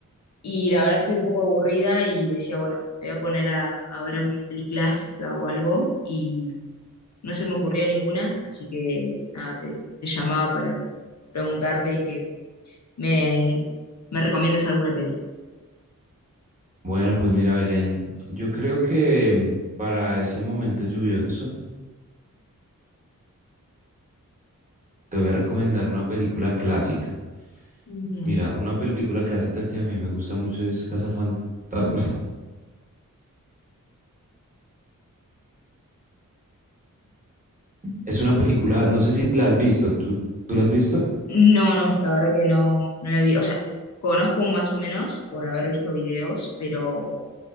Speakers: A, on the left; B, on the right.
A: y la verdad que estoy un poco aburrida y decía, bueno, me voy a poner a, a ver alguna peli clásica o algo y no se me ocurría ninguna, así que nada, te, te llamaba para preguntarte y que me, me recomiendes alguna peli.
B: Bueno, pues mira Belén, yo creo que mm, para ese momento lluvioso te voy a recomendar una película clásica.
A: Bien.
B: Mira, una película clásica que a mí me gusta mucho es Cazafantasmas. <laughs> Es una película, no sé si la has visto, ¿tú, tú la has visto?
A: No, no, la verdad que no, no la vi. O sea, conozco más o menos por haber visto videos, pero